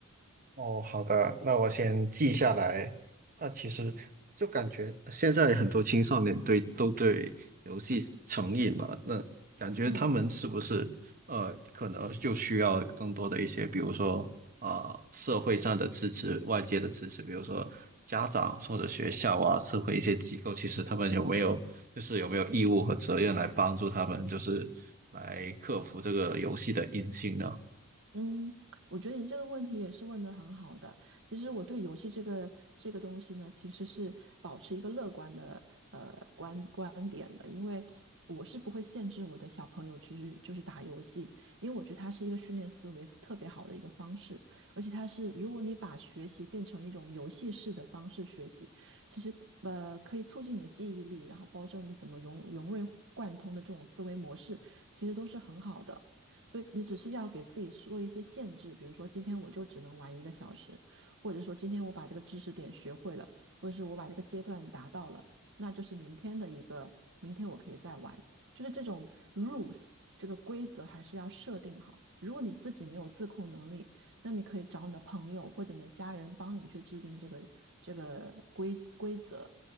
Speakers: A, on the right (about 40°); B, on the right (about 60°).
A: 哦，好的，那我先记下来。那其实就感觉现在很多青少年对都对游戏成瘾嘛，那感觉他们是不是呃，
B: 嗯。
A: 可能就需要更多的一些，比如说啊、社会上的支持、外界的支持，比如说家长或者学校啊，社会一些机构，其实他们有没有就是有没有义务和责任来帮助他们，就是来克服这个游戏的瘾性呢？
B: 嗯，我觉得你这个问题也是问得很好的。其实我对游戏这个这个东西呢，其实是保持一个乐观的呃观观点的，因为我是不会限制我的小朋友其实就是打游戏，因为我觉得它是一个训练思维特别好的一个方式，而且它是如果你把学习变成一种游戏式的方式学习，其实呃可以促进你的记忆力，然后保证你怎么融融会贯通的这种思维模式，其实都是很好的。所以你只是要给自己做一些限制，比如说今天我就只能玩一个小时，或者说今天我把这个知识点学会了，或者是我把这个阶段达到了，那就是明天的一个，明天我可以再玩。就是这种 rules 这个规则还是要设定好。如果你自己没有自控能力，那你可以找你的朋友或者你的家人帮你去制定这个这个规规则。